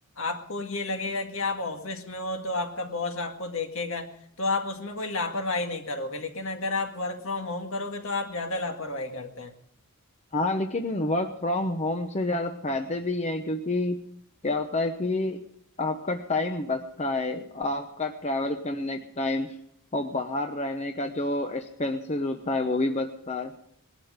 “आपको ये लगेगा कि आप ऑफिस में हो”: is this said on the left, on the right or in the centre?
Left